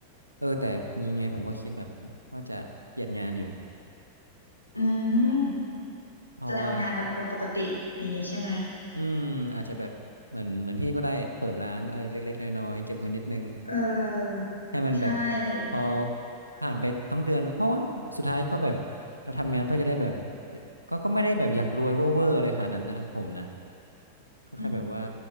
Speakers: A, on the right; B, on the left.
A: เออแต่มีไงผมก็คิดแบบว่าจะเปลี่ยนงานอยู่
B: อืม
A: เพราะว่า
B: จะทำงานแบบคนปกติอย่างนี้ใช่ไหม
A: อืมอาจจะแบบเหมือนเหมือนพี่ก็ได้เปิดร้านอะไรเล็กๆน้อยๆเก็บเงินนิดนึง
B: เออ
A: ให้มันแบบ
B: ใช่
A: พอผ่านไปทั้งเดือนเพราะว่าสุดท้ายก็แบบเราทำงานเพื่อจะได้แบบเอ่อก็ก็ไม่ได้แบบอยากรวยเวอร์เวอร์อะไรขนาดนั้นนะผมนะก็แค่แบบว่า
B: อม